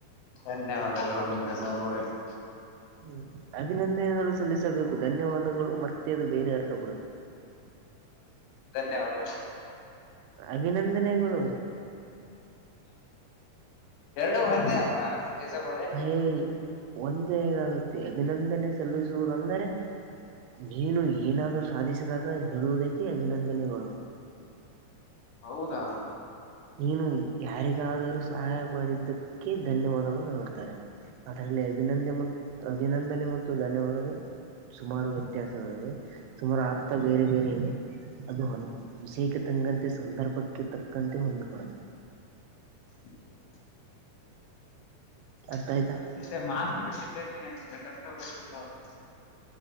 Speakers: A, on the left; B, on the right.
A: ಧನ್ಯವಾದಗಳು <unintelligible>
B: ಹ್ಮ್ ಅಭಿನಂದನೆಗಳು ಸಲ್ಲಿಸಬೇಕು ಧನ್ಯವಾದಗಳು ಮತ್ ಮತ್ತೇ ಇದು ಬೇರೆ ಅರ್ಥ ಕೊಡುತ್-
A: ಧನ್ಯವಾದ.
B: ಅಭಿನಂದನೆಗಳು.
A: ಎರಡು ಒಂದೆ ಅಲ್ವಾ. ಸಾಬ್ ಅವ್ರೆ
B: ಹ ಒಂದೇ ಹೇಗಾಗುತ್ತೆ ಅಭಿನಂದನೆ ಸಲ್ಲಿಸುವುದುಂದರೆ. ನೀನು ಏನಾದರೂ ಸಾಧಿಸಿದಾಗ ಹೇಳುವುದಕ್ಕೆ ಅಭಿನಂದನೆಗಳು
A: ಹೌದಾ
B: ನೀನು ಯಾರಿಗಾದರೂ ಸಹಾಯ ಮಾಡಿದ್ದಕ್ಕೆ ಧನ್ಯವಾದಗಳು ಹೇಳ್ತಾರೆ ಅದರಲ್ಲಿ ಅಭಿನಂದನೆ ಮತ್ತು ಅಭಿನಂದನೆ ಮತ್ತು ಧನ್ಯವಾದ ಸುಮಾರು ವ್ಯತ್ಯಾಸಗಳೆ ಸುಮಾರು ಅರ್ಥ ಬೇರೆ ಬೇರೆ ಅದು ವಿಷಯಕ ಹಂಗಂತೆ ಸಂದರ್ಭಕ್ಕೆ ತಕ್ಕಂತೆ ಹೊಂದಿಕಡದು
A: <inaudible> ಸಿದ್ದು
B: ಅರ್ಥ ಆಯ್ತಾ
A: ಅವರ ಜೊತೆ ಮಾತು ಕೊಟ್ಟಿದ್ದೇನೆ ಬೇಕಾದ <inaudible>